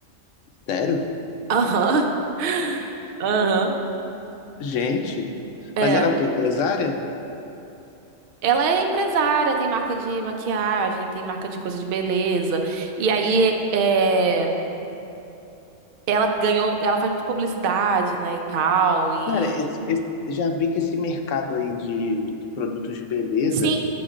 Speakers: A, on the left; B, on the right.
A: Sério?
B: Aham. <laughs> Aham.
A: Gente.
B: É.
A: Mas era o quê? Empresária?
B: Ela é empresária, tem marca de maquiagem, tem marca de coisa de beleza. E aí, é, ela ganhou, ela faz muita publicidade, né, e tal. E
A: Cara, esse- esse- já vi que esse mercado aí de, de produtos de beleza
B: sim,